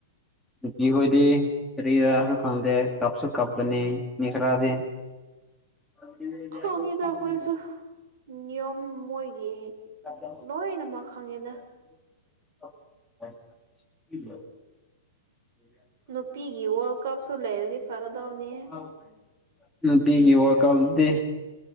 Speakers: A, in the centre; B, on the right.
A: ꯅꯨꯄꯤ ꯈꯣꯏꯗꯤ ꯀꯥꯔꯤꯔꯁꯨ ꯈꯪꯗ ꯀꯞꯁꯨ ꯀꯞꯄꯅꯤ ꯃꯤ ꯈꯔꯗꯤ <unintelligible> <unintelligible>
B: ꯈꯪꯉꯤꯗ
A: <unintelligible>
B: ꯑꯩꯈꯣꯏꯁꯨ ꯅꯤꯌꯣꯝ ꯃꯣꯏꯒꯤ
A: <unintelligible>
B: ꯂꯣꯏꯅꯃꯛ ꯈꯪꯉꯤꯗ
A: <inaudible> <unintelligible>
B: ꯅꯨꯄꯤꯒꯤ ꯋꯥ꯭ꯔꯜꯗ ꯀꯞꯁꯨ ꯂꯩꯔꯗꯤ ꯐꯒꯗꯧꯅꯤ
A: <unintelligible> ꯅꯨꯄꯤꯒꯤ ꯋꯥ꯭ꯔꯀꯞꯇꯗꯤ